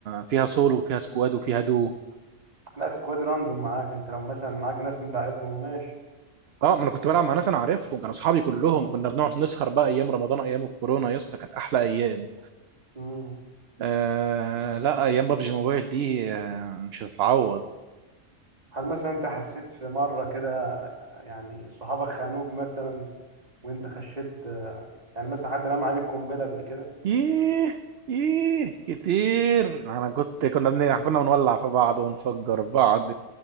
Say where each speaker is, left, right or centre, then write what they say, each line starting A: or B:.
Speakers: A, on the right (about 60°); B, on the right (about 35°).
A: فيها سولو وفيها سكواد وفيها دو
B: لا سكواد راندوم معاك أنت لو مثلا معاك ناس أنت عارفهم ماشي
A: اه ما انا كنت بلعب مع ناس انا عارفهم كانوا اصحابي كلهم
B: آه.
A: كنا بنقعد نسهر بقى ايام رمضان ايام الكورونا يا اسطى كانت احلى ايام
B: مم.
A: آه لا ايام بابجي موبايل دي آه مش هتتعوض
B: هل مثلا أنت حسيت في مرة كده يعني صحابك خانوك مثلا وانت خشيت آه، يعني مثلا حد رمى عليك قنبله قبل كده
A: ييه ييه كتير انا كنت كنا بن... كنا بنولع في بعض ونفجر بعض